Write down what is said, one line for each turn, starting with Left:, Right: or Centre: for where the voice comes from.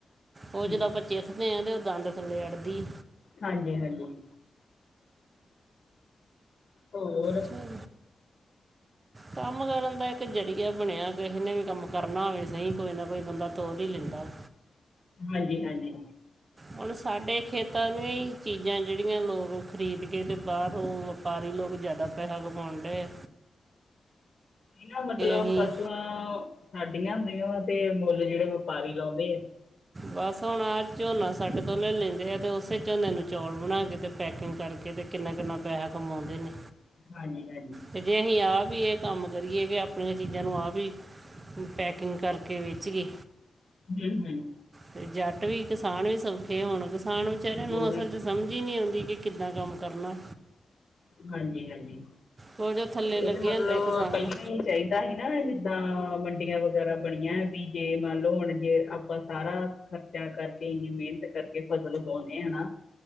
Right: ਉਹ ਜਿੜ
Left: ਹੂੰ
Right: ਆਪਾਂ ਚਿੱਤਦੇ ਹਾਂ ਅਤੇ ਉਹ ਦੰਦ ਥੱਲੇ ਅੜ੍ਹਦੀ
Left: ਹਾਂਜੀ-ਹਾਂਜੀ ਹੋਰ
Right: ਚਲੋ, ਕੰਮ ਕਰਨ ਦਾ ਇੱਕ ਜ਼ਰੀਆ ਬਣਿਆ ਕਿਸੇ ਨੇ ਵੀ ਕੰਮ ਕਰਨਾ ਹੋਵੇ ਸਹੀ ਕੋਈ ਨਾ ਕੋਈ ਬੰਦਾ ਤੋਰ ਹੀ ਲੈਂਦਾ ਵਾ
Left: ਹਾਂਜੀ-ਹਾਂਜੀ
Right: ਹੁਣ ਸਾਡੇ ਖੇਤਾਂ ਨੂੰ ਹੀ ਚੀਜ਼ਾਂ ਜਿਹੜੀਆਂ ਲੋਕ ਖਰੀਦ ਕੇ ਤੇ ਬਾਹਰ ਉਹ- ਵਪਾਰੀ ਲੋਕ ਜ਼ਿਆਦਾ ਪੈਸਾ ਕਮਾਉਣ ਡੇ
Left: ਨਾ ਮਤਲਬ
Right: ਅਸੀਂ
Left: ਫਸਲਾਂ ਸਾਡੀਆਂ ਹੁੰਦੀਆਂ ਵਾ ਤੇ ਮੁੱਲ ਜਿਹੜੇ ਵਪਾਰੀ ਲਾਉਂਦੇ ਆ,
Right: ਬਸ ਹੁਣ ਆਹ ਝੋਨਾ ਸਾਡੇ ਤੋਂ ਲੈ ਲੈਂਦੇ ਆ ਅਤੇ ਉਸੇ ਝੋਨੇ ਨੂੰ ਚੌਲ ਬਣਾ ਕੇ ਅਤੇ ਪੈਕਿੰਗ ਕਰਕੇ ਅਤੇ ਕਿੰਨਾ-ਕਿੰਨਾ ਪੈਸਾ ਕਮਾਉਂਦੇ ਨੇ,
Left: ਹਾਂਜੀ-ਹਾਂਜੀ।
Right: ਅਤੇ ਜੇ ਅਸੀਂ ਆਪ ਵੀ ਇਹ ਕੰਮ ਕਰੀਏ ਕਿ ਆਪਣੀਆਂ ਚੀਜ਼ਾਂ ਨੂੰ ਆਪ ਵੀ ਪੈਕਿੰਗ ਕਰਕੇ ਵੇਚ ਇ,
Left: ਹਮ-ਹਮ
Right: ਤੇ ਜੱਟ ਵੀ ਕਿਸਾਨ ਵੀ ਸੌਖੇ ਹੋਣ ਕਿਸਾਨ ਵਿਚਾਰਿਆਂ ਨੂੰ
Left: ਉਹ ਵੀ
Right: ਅਸਰ ਸਮਝ ਹੀ ਨਹੀਂ ਆਉਂਦੀ ਕਿ ਕਿੱਦਾਂ ਕੰਮ ਕਰਨਾ,
Left: ਹਾਂਜੀ-ਹਾਂਜੀ
Right: ਉਹ ਜੋ ਥੱਲੇ
Left: ਇਹਦੇ
Right: ਲੱਗੇ
Left: ਮਤਲਬ
Right: ਹੁੰਦੇ ਕਿਸਾਨ
Left: ਪਹੀਆਂ ਹੀ ਚਾਹੀਦਾ ਸੀ ਨਾ ਜਿੱਦਾਂ ਮੰਡੀਆਂ ਵਗੈਰਾ ਬਣੀਆਂ ਵੀ ਜੇ ਮੰਨ ਲਓ ਹੁਣ ਜੇ ਆਪਾਂ ਸਾਰਾ ਖਰਚ ਕਰਕੇ ਇੰਨੀ ਮਿਹਨਤ ਕਰਕੇ ਫਸਲ ਉਗਾਉਂਦੇ ਹਨਾ,